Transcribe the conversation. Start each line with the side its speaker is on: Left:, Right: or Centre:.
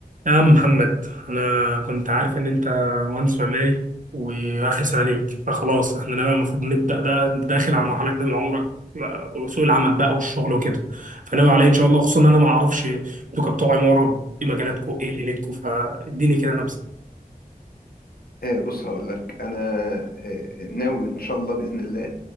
Right: يا عم محمد انا كنت عارف ان انت مهندس معماري واخر سنه ليك فخلاص احنا بقى المفروض نبدا ده انت داخل على مرحله جديده من عمرك بقى، وسوق العمل بقى والشغل وكده فناوي عليا ان شاء الله خصوصا ان انا ما اعرفش انتوا كبتوع عماره ايه مجالاتكم ايه ليلتكم فاديني كده نبذه
Left: آه، بص هقول لك انا آه، ناوي ان شاء الله باذن الله